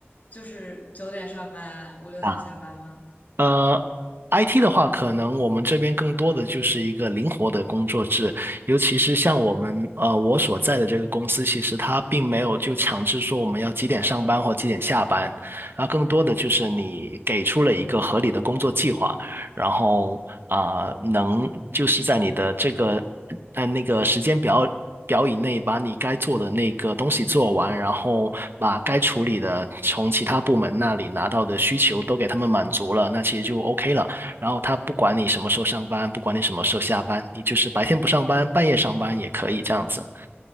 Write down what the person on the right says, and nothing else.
啊，呃，IT 的话，可能我们这边更多的就是一个灵活的工作制，尤其是像我们呃我所在的这个公司，其实它并没有就强制说我们要几点上班或几点下班，啊，更多的就是你给出了一个合理的工作计划，然后啊、呃能就是在你的这个在那个时间表表以内，把你该做的那个东西做完，然后把该处理的从其他部门那里拿到的需求都给他们满足了，那其实就 OK 了。然后他不管你什么时候上班，不管你什么时候下班，你就是白天不上班，半夜上班也可以这样子。